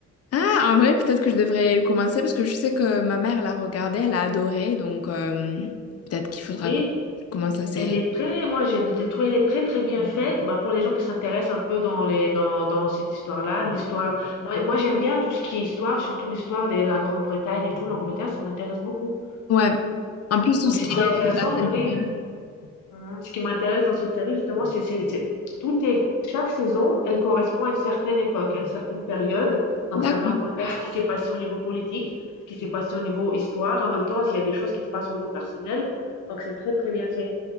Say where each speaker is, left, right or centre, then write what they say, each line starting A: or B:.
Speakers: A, on the left; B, on the left.
A: Ah, en vrai, peut-être que je devrais le commencer parce que je sais que ma mère l'a regardé, elle a adoré, donc euh, peut-être qu'il faudra
B: Oui,
A: que je commence la série.
B: elle est très, moi j'ai de tout, elle est très très bien faite. Bah, pour les gens qui s'intéressent un peu dans les dans, dans cette histoire-là, l'histoire. Moi, moi j'aime bien tout ce qui est histoire, surtout l'histoire de la Grande-Bretagne et tout, l'Angleterre, ça m'intéresse beaucoup.
A: Ouais. En plus, tout
B: Donc
A: ce
B: c'est
A: qui
B: ce
A: est
B: qui est intéressant.
A: euh, la famille.
B: Donc, oui,
A: ouais.
B: Mhm. Ce qui m'intéresse dans cette série, justement, c'est c'est- c'est- tout est, chaque saison, elle correspond à une certaine époque, à une certaine période. Donc,
A: D'accord.
B: ça met en contexte ce qui s'est passé au niveau politique, ce qui s'est passé au niveau histoire. En même temps, il y a des choses qui se passent au niveau personnel. Donc, c'est très, très bien fait.